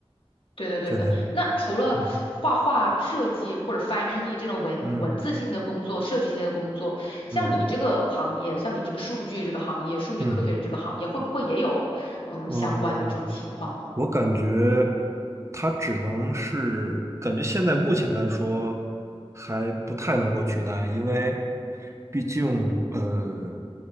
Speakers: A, on the left; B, on the right.
A: 对的，对的。
B: 之类的。
A: 那除了画画、
B: 嗯
A: 设计或者翻译这种文文字性的工作、
B: 嗯
A: 设计性的工作，像你这个行业，
B: 嗯
A: 像你这个数据这个行业、数据科学这个行业，
B: 嗯，
A: 会不会也有嗯相关的这种情况呢？
B: 哦、我感觉它只能是，感觉现在目前来说还不太能够取代，因为毕竟呃，